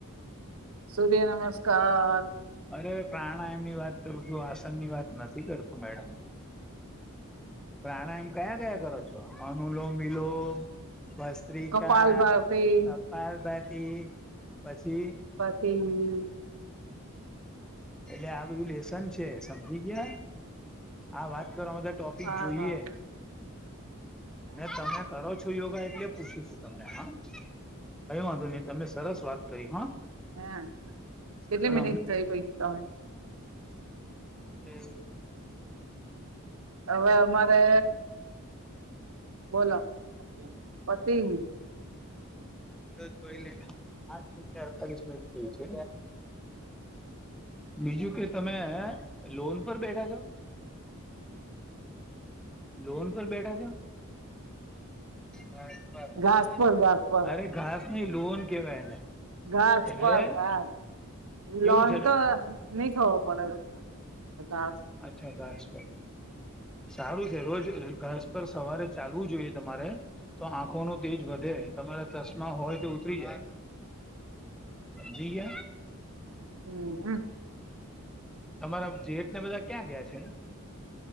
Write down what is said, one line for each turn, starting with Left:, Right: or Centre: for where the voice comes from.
Right: સૂર્ય નમસ્કાર
Centre: અરે પ્રાણાયામ ની વાત કરું છું આસનની વાત નથી કરતો મેડમ પ્રાણાયામ કયા કયા કરો છો અનુલોમ વિલોમ ભસ્ત્રિકા
Right: કપાલ ભારતી
Centre: કપાલભાતી પછી
Right: <unintelligible>
Centre: એટલે આ બધું લેસન છે સમજી ગયા આ વાત કરવા માટે ટોપિક
Right: હા
Centre: જોઈએ
Right: હા
Centre: ને તમે કરો છો યોગા એટલે પૂછું છું તમને હા કય વાંધો નહી તમે સરસ વાત કરી હા
Right: હા કેટલી
Centre: પણ
Right: મિનિટ થઈ ભાઈ
Centre: હમ્મ.
Right: હવે અમારે બોલો પતી ગ્યું
Centre: <unintelligible> અડતાલીસ મિનિટ થય છે બીજું કે તમે લોન પર બેઠા છો લોન પર બેઠા છો ઘાસ પર
Right: ઘાસ ઘાસ પર
Centre: અરે ઘાસ નઈ લોન કેવાય એને
Right: ઘાસ
Centre: એટલે
Right: પર ઘાસ
Centre: કેવું
Right: લોન
Centre: છે
Right: તો નઈ ખબર <unintelligible>
Centre: અચ્છા ઘાસ પર બેઠા સારું છે રોજ ઘાસ પર સવારે ચાલવું જોઈએ તમારે તો આંખો નો તેજ વધે છે તમારા ચશ્મા હોય તો ઉતરી જાય સમજી ગયા.
Right: હમ
Centre: તમારા જેઠને બધા ક્યાં ગયા છે